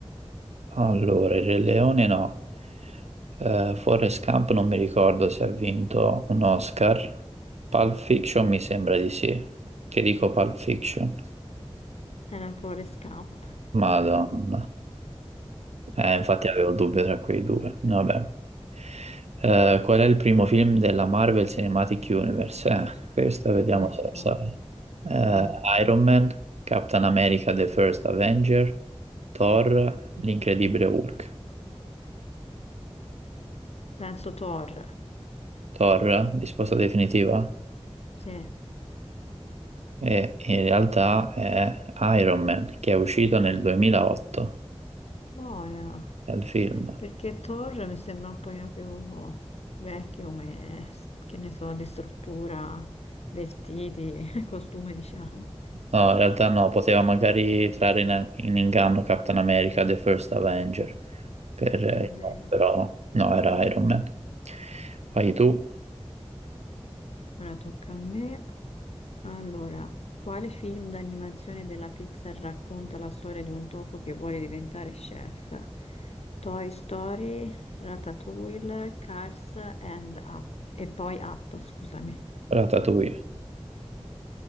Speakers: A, on the right (about 80°); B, on the left (about 70°).
A: Allora, il Re Leone no. Eh, Forrest Gump non mi ricordo se ha vinto un Oscar. Pulp Fiction mi sembra di sì. Che dico Pulp Fiction?
B: Era Forrest Gump.
A: Madonna. Eh, infatti avevo il dubbio tra quei due. Vabbè. Eh, qual è il primo film della Marvel Cinematic Universe? Eh, questo vediamo
B: Ecco,
A: se lo sai. Eh,
B: eh,
A: Iron Man, Captain America The First Avenger, Thor, l'Incredibile Hulk.
B: penso Thor,
A: Thor, risposta definitiva?
B: sì,
A: E in realtà è Iron Man, che è uscito nel 2008,
B: boia,
A: è il film.
B: perché Thor mi sembra un pochino più vecchio come, che ne so, di struttura, vestiti, <laughs> costume, diciamo,
A: No, in realtà no, poteva magari trarre in, in inganno Captain America The First Avenger. per,
B: davvero.
A: eh, no, però no, era Iron Man. Poi tu,
B: Ora tocca a me. Allora, quale film d'animazione della Pixar racconta la storia di un topo che vuole diventare chef? Toy Story, Ratatouille, Cars and Up. E poi Up, scusami.
A: Ratatouille,